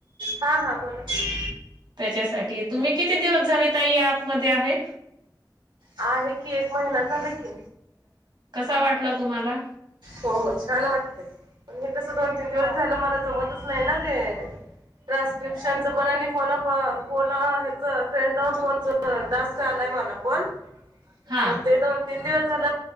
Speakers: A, on the right; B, on the right.
A: हा हा बोला की
B: त्याच्यासाठी तुम्ही किती दिवस झाली ताई ह्या ॲप मध्ये आहे.
A: आहे कि एक महिना झाला की.
B: कसा वाटला तुम्हाला
A: हो हो छान वाटतय. कसं दोन तीन दिवस झालं मला जमतच नाही ना ते. ट्रान्स्क्रिप्शनच पण, आणि फोन फोन हेच फ्रेंड ऑफ फोनचा टास्क आलाय. बोला पण
B: हा
A: पण ते दोन तीन दिवस झाल